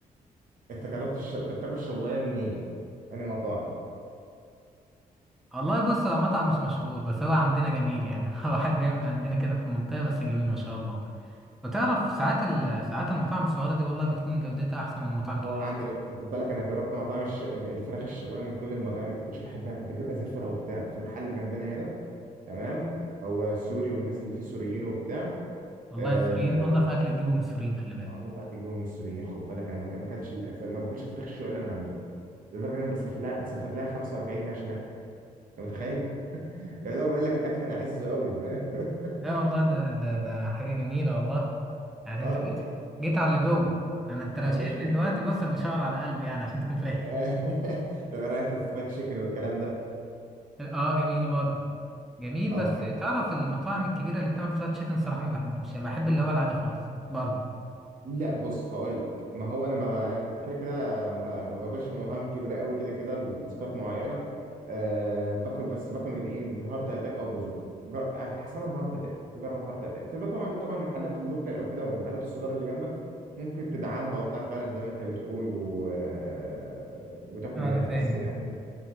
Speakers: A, on the right; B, in the centre.
A: انت جربت الش... انت بتاكل شوايه منين؟ انهي مطاعم؟
B: والله بص هو مطعم مش مشهور بس هو عندنا جميل يعني <laughs> هو واحد بيعمل عندنا كده في المنطقه بس جميل ما شاء الله وتعرف ساعات ال... ساعات المطاعم الصغيرة دي والله بتكون جودتها أحسن من المطاعم
A: هو
B: الكبيرة
A: عندي نفس خد بالك انا جربت مطاعم الش... ال- الفراخ الشوايه من كل المطاعم ما كنتش بحبها كانت بتبقى زفره وبتاع في محل جنبنا هنا تمام هو سوري والناس اللي فيه سوريين وبتاع
B: والله
A: آه،
B: السوريين أنضف أكل تجيبه من السوريين خلي بالك
A: انضف اكل جوه من السوريين خد بالك انا ما ك- ما اكلتش الف- ما باكلش الفراخ الشوايه الا من عنده لدرجه ان انا بسافر لها بسافر لها 45 دقيقه عشان اكل انت متخيل؟ <laughs> يعني هو بقول لك الاكل انا عزه قوي <laughs>
B: لا والله ده ده ده حاجة جميلة والله يعني أنت
A: اه
B: جيت
A: وحب
B: جيت على اللي جوه أنا أنت
A: يعني
B: لو شايفني
A: يا باشا ال-
B: دلوقتي
A: ال-
B: بص أنا بشاور على قلبي يعني عشان تكون فاهم
A: <laughs> طب ايه رايك في الفرايد تشيكن والكلام ده
B: <laughs> أه جميل برضه جميل
A: اه
B: بس
A: بحب
B: تعرف المطاعم الكبيرة اللي بتعمل فرايد تشيكن صراحة ما بحبوش يعني بحب اللي هو العادي خالص برضه
A: لا بص هقول لك ما هو انا ما أنا كده كده ما ما باكلش من المطاعم الكبيره قوي كده كده لاسباب معينه أه باكل بس باكل من ايه من هارت اتاك او بازوكا جر... حسنهم هارت اتاك جرب هارت اتاك في بقى طبعا طبعا محلات اللوكال او كده والمحلات الصغيره اللي جنبك ممكن تدعمها وبتاع فعلا زي ما انت بتقول و... آه، وتاكل
B: آه،
A: منها
B: أنا فاهم
A: بس يعني إيه،